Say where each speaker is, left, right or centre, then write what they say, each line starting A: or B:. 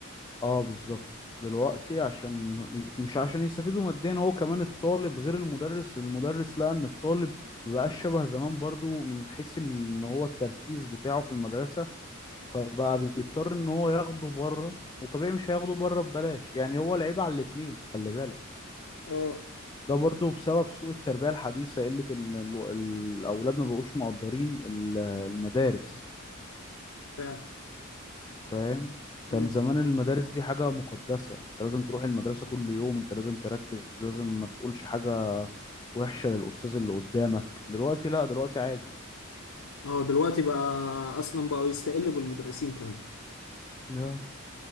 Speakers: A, on the left; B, on the left.
A: اه بالظبط دلوقتي عشان مش عشان يستفيدوا ماديا هو كمان الطالب غير المدرس المدرس لقى ان الطالب مبقاش شبه زمان برضو من حيث ان هو التركيز بتاعه في المدرسة فبقى بيضطر ان هو ياخده بره وطبيعي مش هياخده بره ببلاش يعني هو لعيب على الاتنين خلي بالك
B: اه
A: ده برضو بسبب سوء التربية الحديثة قلة ان ال- الاولاد ما بقوش مقدرين ال- المدارس
B: فعلا
A: فاهم كان
B: مم.
A: زمان المدارس دي حاجة مقدسة انت لازم تروح المدرسة كل يوم انت لازم تركز لازم ما تقولش حاجة وحشة للأستاذ اللي قدامك دلوقتي لا دلوقتي عادي
B: اه دلوقتي بقى اصلا بقوا يستقلوا بالمدرسين كمان
A: اه